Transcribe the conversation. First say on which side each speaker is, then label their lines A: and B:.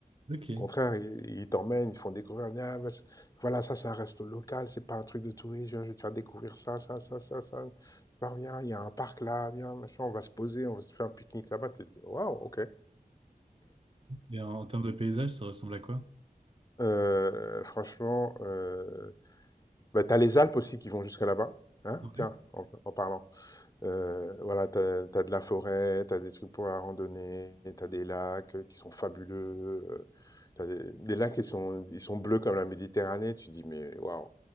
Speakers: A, on the right; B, on the left.
A: Ok.
B: Au contraire, ils, ils t'emmènent, ils font découvrir. ils disent, Ah, bah, c'est- voilà, ça, c'est un resto local, c'est pas un truc de touriste. Viens, je vais te faire découvrir ça, ça, ça, ça, ça. Tu pars, viens, il y a un parc là, viens, machin, on va se poser, on va se faire un pique-nique là-bas. Tu te dis Waouh, ok.
A: Et en, en termes de paysage, ça ressemble à quoi?
B: Euh, franchement, euh, bah, t'as les Alpes aussi qui vont jusque là-bas. Hein
A: Ouais.
B: Tiens, en en parlant. Euh, voilà, t'as t'as de la forêt, t'as des trucs pour la randonnée, tu des lacs euh, qui sont fabuleux, tu as des, des lacs qui sont, ils sont bleus comme la Méditerranée, tu dis mais waouh,